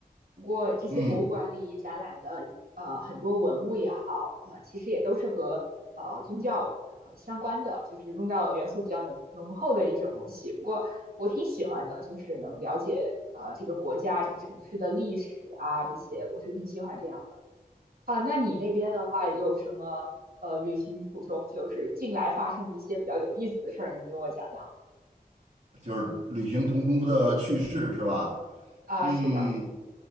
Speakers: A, on the right; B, on the right.
A: 不过这些博物馆里展览的呃很多文物也好，
B: 嗯，
A: 呃，其实也都是和呃宗教呃相关的，就是宗教元素比较浓浓厚的一种东西。不过我挺喜欢的，就是能了解呃这个国家、这个城市的历史啊这些，我是挺喜欢这样的。啊，那你那边的话有什么呃旅行途中就是近来发生的一些比较有意思的事儿，能跟我讲讲？
B: 就是旅行同舟的趣事是吧？
A: 啊，
B: 嗯，
A: 是的，